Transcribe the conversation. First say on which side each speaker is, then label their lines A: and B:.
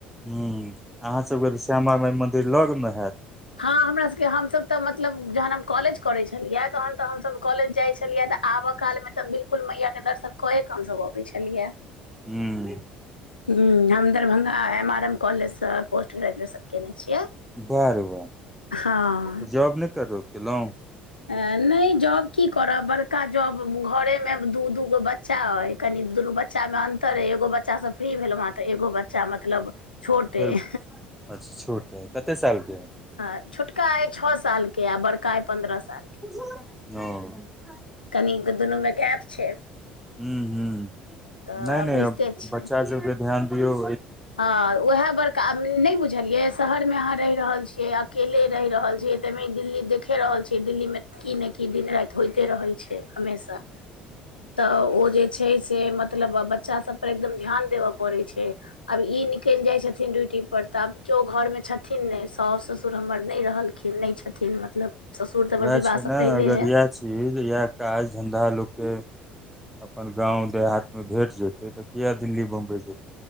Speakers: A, in the centre; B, on the left.
A: हू अहाँसभके तऽ श्यामा माइ मन्दिर लग मे हैत?
B: हँ हमरा सबके हमसभ तऽ मतलब जहन हम कॉलेज करै छलियै तहन तऽ हमसभ कॉलेज जाइ छलियै त आबऽ काल मे तऽ बिल्कुल मैया के दर्शन कये के हमसब अबै छलियै य।
A: हूं
B: हू हम Darbhanga M R M college सँ पोस्ट ग्रेजुएशन कयने छियै
A: बाह रे बाह
B: हँ
A: जॉब नहि कतऊ केलऊ
B: नहि जॉब की करब बड़का जॉब घरे मे दू दू गो ब बच्चा अइ कनि दुनू बच्चा मे अन्तर अइ एगो बच्चासँ फ्री भेलहुँ हेँ तऽ एगो बच्चा मतलब छोट
A: फेर
B: अइ
A: अच्छा छोट है कते साल के
B: हँ छोटका अइ छ साल के आ बड़का अइ पन्द्रह साल के
A: ओ
B: कनि दुनू मे गैप छै
A: ह ह
B: तऽ
A: नइ नइ
B: बुझिते छियै
A: बच्चा सबके ध्यान दियऔ
B: हँ उएह बड़ न बुझलिये शहर में अहाँ रहि रहल छीयै अकेले रहि रहल छीयै तेमे दिल्ली देख देख रहल छै दिल्ली मे की ने की दिन राति होइते रहै छै हमेशा तऽ ओ जे छै से मतलब बच्चा सभ पर एकदम ध्यान देबय पड़ै छै आब ई निकलि जाय छथिन ड्यूटी पर तऽ आब जो घर मे छथिन ने साउ ससुर हमर नहि रहल खीन नहि छथिन मतलब ससुर तऽ
A: वएह
B: हम विवाहसँ
A: छै ने
B: पहिले
A: अगर
B: है
A: इएह चीज या काज धन्धा लोक के अपन गाँव देहांत मे भेट जेतै तऽ किए दिल्ली बम्बइ जेतै